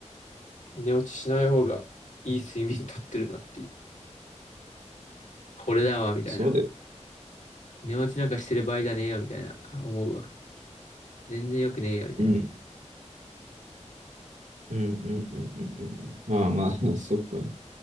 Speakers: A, on the left; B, on the right.
A: 寝落ちしない方がいい睡眠とってるなっていう。これだわ、みたいな。
B: そうだよ。
A: 寝落ちなんかしてる場合じゃねえよ、みたいな、思うわ。全然良くねえよ、みたいな。
B: うん。うんうんうんうんうん。まあまあ、<laughs> そっか。